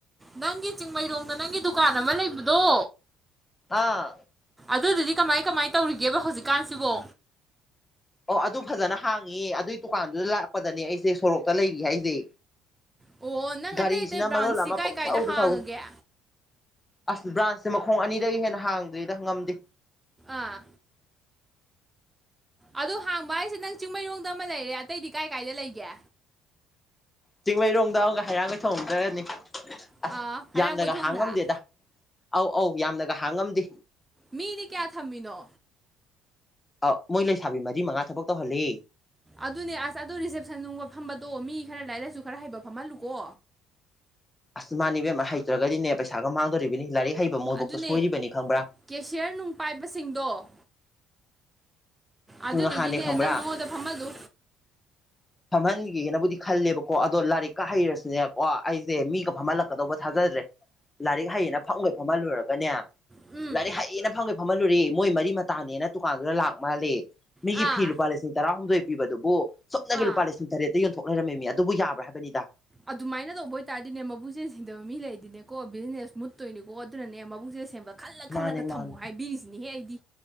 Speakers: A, on the right; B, on the left.
A: ꯅꯪꯒꯤ ꯆꯤꯡꯃꯩꯔꯣꯡꯗ ꯅꯪꯒꯤ ꯗꯨꯀꯥꯟ ꯑꯃ ꯂꯩꯕꯗꯣ
B: ꯑꯥ
A: ꯑꯗꯨꯗꯨꯗꯤ ꯀꯃꯥꯏ ꯀꯃꯥꯏꯅ ꯇꯧꯔꯤꯒꯦꯕ ꯍꯧꯖꯤꯛꯀꯥꯟꯁꯤꯕꯣ
B: ꯑꯣ ꯑꯗꯨ ꯐꯖꯅ ꯍꯥꯡꯉꯤꯌꯦ ꯑꯗꯨꯏ ꯗꯨꯀꯥꯟꯗꯨꯗ ꯂꯥꯛꯄꯗꯅꯦ ꯑꯩꯁꯦ ꯁꯣꯔꯣꯛꯇ ꯂꯩꯔꯤ ꯍꯥꯏꯁꯦ
A: ꯑꯣ ꯅꯪ
B: ꯒꯥꯔꯤꯁꯤꯅ
A: ꯑꯇꯩ ꯑꯇꯩ ꯕ꯭ꯔꯥꯟꯁꯇꯤ
B: ꯃꯔꯣꯜ ꯑꯃ
A: ꯀꯥꯏ
B: ꯄꯪ
A: ꯀꯥꯏꯗ
B: ꯊꯧꯗ
A: ꯍꯥꯡꯉꯒꯦ
B: ꯊꯧꯏ ꯑꯁ ꯕ꯭ꯔꯥꯟꯁ ꯁꯤ ꯃꯈꯣꯡ ꯑꯅꯤꯗꯒꯤ ꯍꯦꯟꯅ ꯍꯥꯡꯗ꯭ꯔꯤꯗ ꯉꯝꯗꯦ
A: ꯑꯥ ꯑꯗꯨ ꯍꯥꯡꯕ ꯍꯥꯏꯁꯦ ꯅꯪ ꯆꯤꯡꯃꯩꯔꯣꯡꯗ ꯑꯃ ꯂꯩꯔꯦ ꯑꯇꯩꯗꯤ ꯀꯥꯏ ꯀꯥꯏꯗ ꯂꯩꯒꯦ
B: ꯆꯤꯡꯃꯩꯔꯣꯡꯗ ꯑꯃꯒ ꯍꯩꯔꯥꯡꯒꯣꯢꯊꯣꯡꯗꯒꯅꯤ ꯑꯁ
A: ꯑꯥ ꯍꯩꯔꯥꯡꯒꯣꯏꯊꯣꯡꯗ
B: ꯌꯥꯝꯅꯒ ꯍꯥꯡꯉꯝꯗꯦꯗ ꯑꯧ ꯑꯧ ꯌꯥꯝꯅꯒ ꯍꯥꯡ ꯉꯝꯗꯦ
A: ꯃꯤꯗꯤ ꯀꯌꯥ ꯊꯝꯃꯤꯅꯣ
B: ꯑ ꯃꯣꯏ ꯂꯩꯁꯥꯕꯤ ꯃꯔꯤ ꯃꯉꯥ ꯊꯕꯛ ꯇꯧꯍꯜꯂꯦ
A: ꯑꯗꯨꯅꯦ ꯑꯁ ꯑꯗꯨ ꯔꯤꯁꯦꯞꯁꯟ ꯅꯨꯡꯒ ꯐꯝꯕꯗꯣ ꯃꯤ ꯈꯔ ꯂꯥꯏꯔꯤꯛ ꯂꯥꯢꯁꯨ ꯈꯔ ꯍꯩꯕ ꯐꯝꯍꯜꯂꯨꯀꯣ
B: ꯑꯁ ꯃꯥꯅꯤ ꯏꯕꯦꯝꯃ ꯍꯩꯇ꯭ꯔꯒꯗꯤꯅꯦ ꯄꯩꯁꯥꯒ ꯃꯥꯡꯗꯣꯔꯤꯕꯅꯤ ꯂꯥꯏꯔꯤꯛ ꯍꯩꯕ ꯃꯣꯏꯕꯨꯛꯇ
A: ꯑꯗꯨꯅꯦ
B: ꯁꯣꯏꯔꯤꯕꯅꯤ ꯈꯪꯕ꯭ꯔꯥ
A: ꯀꯦꯁꯤꯌꯔ ꯅꯨꯡ ꯄꯥꯏꯕꯁꯤꯡꯗꯣ ꯑꯗꯨꯗꯨꯒꯤꯅꯦ
B: ꯅꯍꯥꯟꯅꯦ ꯈꯪꯕ꯭ꯔꯥ
A: ꯅꯪ ꯃꯉꯣꯟꯗ ꯐꯝꯍꯜꯂꯨ
B: ꯐꯝꯍꯟꯒꯦꯅꯕꯨꯗꯤ ꯈꯜꯂꯦꯕꯀꯣ ꯑꯗꯣ ꯂꯥꯏꯔꯤꯛꯀꯥ ꯍꯩꯔꯁꯨꯅꯦꯕꯀꯣ ꯑꯩꯁꯦ ꯃꯤꯒ ꯐꯝꯍꯜꯂꯛꯀꯗꯧꯕ ꯊꯥꯖꯗ꯭ꯔꯦ ꯂꯥꯏꯔꯤꯛ ꯍꯩꯌꯦꯅ ꯐꯝꯒꯩ ꯐꯝꯍꯜꯂꯨꯔꯒꯅꯦ
A: ꯎꯝ
B: ꯂꯥꯏꯔꯤꯛ ꯍꯩꯌꯦꯅ ꯐꯝꯒꯩ ꯐꯝꯍꯜꯂꯨꯔꯦ ꯃꯣꯏ ꯃꯔꯤ ꯃꯇꯥꯅꯦꯅ ꯗꯨꯀꯥꯟꯗꯨꯗ ꯂꯥꯛ ꯃꯥꯜꯂꯦ ꯃꯤꯒꯤ
A: ꯑꯥ
B: ꯐꯤ ꯂꯨꯄꯥ ꯂꯤꯁꯤꯡ ꯇꯔꯥꯍꯨꯝꯗꯣꯏ ꯄꯤꯕꯗꯨꯕꯨ ꯁꯨꯞꯅꯒꯤ
A: ꯑꯥ
B: ꯂꯨꯄꯥ ꯂꯤꯁꯤꯡ ꯇꯔꯦꯠꯇ ꯌꯣꯟꯊꯣꯛ ꯂꯩꯔꯝꯃꯦꯃꯤ ꯑꯗꯨꯕꯨ ꯌꯥꯕ꯭ꯔꯥ ꯍꯥꯏꯕꯅꯤꯗ
A: ꯑꯗꯨꯃꯥꯏꯅ ꯇꯧꯕ ꯑꯣꯏꯇꯥꯥꯔꯗꯤꯅꯦ ꯃꯕꯨꯛꯆꯦꯜ ꯁꯦꯡꯗꯕ ꯃꯤ ꯂꯩꯗꯤꯅꯦꯀꯣ ꯕꯤꯖꯤꯅꯦꯁ ꯃꯨꯠꯇꯣꯏꯅꯤꯀꯣ ꯑꯗꯨꯅꯅꯦ ꯃꯕꯨꯛꯆꯦꯜ ꯁꯦꯡꯕ ꯈꯜꯂ ꯈꯜꯂꯒ
B: ꯃꯥꯅꯤ
A: ꯊꯝꯃꯣ
B: ꯃꯥꯅꯤ
A: ꯍꯥꯏꯕꯤꯔꯤꯁꯤꯅꯦꯍꯦ ꯑꯩꯗꯤ